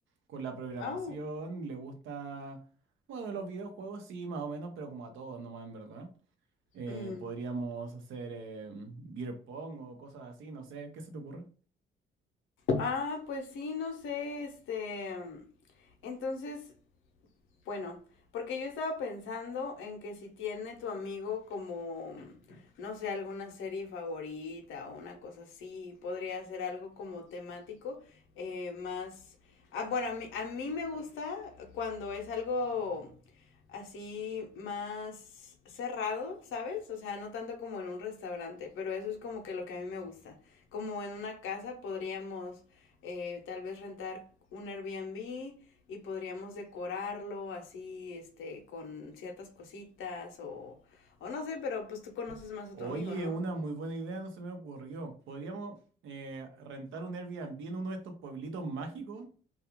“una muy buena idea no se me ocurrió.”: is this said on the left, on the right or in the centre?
Right